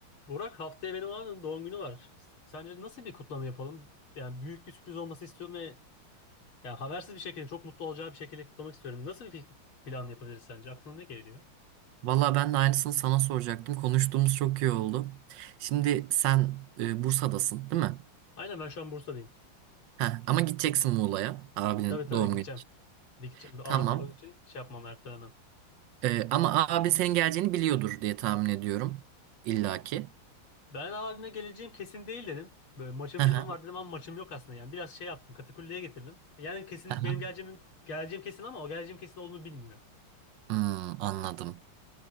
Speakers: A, on the left (about 80°); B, on the right (about 70°).
A: Burak haftaya benim abim doğum günü var. Sence nasıl bir kutlama yapalım? Yani büyük bir sürpriz olması istiyorum ve yani habersiz bir şekilde çok mutlu olacağı bir şekilde kutlamak istiyorum. Nasıl bir fi- plan yapabiliriz sence? Aklına ne geliyor?
B: Valla ben de aynısını sana soracaktım. Konuştuğumuz çok iyi oldu. Şimdi sen e, Bursa'dasın, değil mi?
A: Aynen ben şu an Bursa'dayım.
B: Heh, ama gideceksin Muğla'ya abinin
A: Tabii tabii
B: doğum
A: gideceğim.
B: günü için.
A: Gideceğim.
B: Tamam.
A: Abim doğum için şey yapmam ertelemem.
B: E, ama abi senin geleceğini biliyordur diye tahmin ediyorum. İlla ki.
A: Ben abime geleceğim kesin değil dedim. Böyle maçım
B: Hı
A: falan
B: hı,
A: var dedim ama maçım yok aslında yani. Biraz şey yaptım katakulliye getirdim. Yani kesin
B: hı hı.
A: benim geleceğim, geleceğim kesin ama o geleceğim kesin olduğunu bilmiyor.
B: Hmm, anladım.